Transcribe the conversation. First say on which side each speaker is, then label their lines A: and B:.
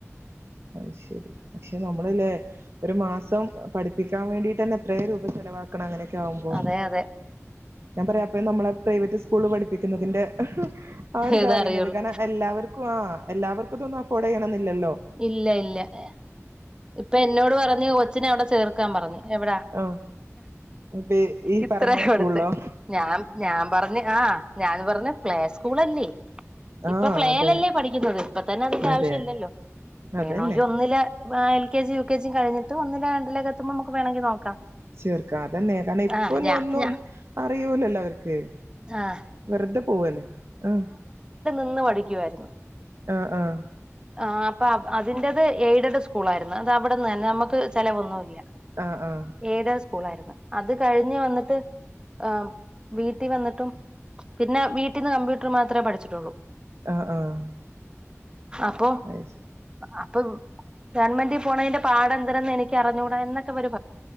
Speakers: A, on the right; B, on the right.
A: അ ശരി പക്ഷെ നമ്മളല്ലേ ഒരു മാസം പഠിപ്പിക്കാൻ വേണ്ടിട്ട് തന്നെ എത്രയും രൂപ ചെലവാക്കണം അങ്ങനെ ഒക്ക ആവുമ്പോ
B: അതെ അതെ
A: ഞാൻ പറയാം അപ്പം നമ്മളെ പ്രൈവറ്റ് സ്കൂളിൽ പഠിപ്പിക്കുന്നതിൻ്റെ ആർ ഇതാ
B: ഇതറിയുള്ളൂ
A: അറിയുന്നത് കാരണം എല്ലാവർക്കും ആ എല്ലാവർക്കും ഇതൊന്നും അഫൊർഡ് ചെയ്യണന്നില്ലല്ലോ
B: ഇല്ല ഇല്ല ഏ ഇപ്പൊ എന്നോട് പറഞ്ഞു കൊച്ചിനെ അവിടെ ചേർക്കാ പറഞ്ഞ് എവിടാ
A: ആ ഇത് ഈ
B: ഇത്രയാ
A: പറഞ്ഞ സ്കൂളിലോ
B: അടുത്ത് ഞാൻ ഞാൻ പറഞ്ഞ് ആ ഞാൻ പറഞ്ഞ് പ്ലേ സ്കൂളല്ലേ ഇപ്പൊ
A: ആ
B: പ്ലേലല്ലേ
A: അതെ
B: പഠിക്കുന്നത്. അപ്പ തന്ന അ
A: അതെ
B: ആവ്യം ഇല്ലോ പി
A: അതന്നെ
B: നോങ്കി ഒന്നില് ആ L K G U K G കഴിട്ട് ഒന്നില രണ്ടേക്കത്തുമ്പോ വേണെങ്കി നമുക്ക് നോക്കാം
A: ചേർക്ക അതന്നെയ കാരണം ഇപ്പൊന്നൊന്നും
B: ആഹ് ഞാ ഞാ
A: അറിയൂലല്ലോ അവർക്ക്
B: ആഹ്
A: വെറുതെ പോവല്ലേ ആ
B: ന്ന് പഠിക്കുായിരുന്നു
A: ആഹ് ആഹ്
B: ആ അപ്പൊ അതിന്റത് എയ്ഡ് സ്കൂൾ ആയിരുന്നു അത് അവിടെന്ന് തന്നെ നമുക്ക് ചിലവ ഒന്നുമല്ല
A: ആ ആ
B: ഏത സ്കൂള ആായിരുന്നു അത് കഴിഞ്ഞ് വന്നിട്ട് ആ വീട്ടിൽ വന്നിട്ടും പിന്നെ വീട്ടിൽന്ന് കമ്പ്യൂട്ടർ മാത്രമേ പഠിച്ചിട്ടുള്ളൂ
A: ആഹ് ആഹ്
B: അപ്പൊ
A: അയ് ശ
B: അപ്പം ഗവൺമെന്റ് പോണതിന്റെ പാട എന്തരെന്ന് എനിക്ക് അറിഞ്ഞുകൂടാ എന്നൊക്കെ വരു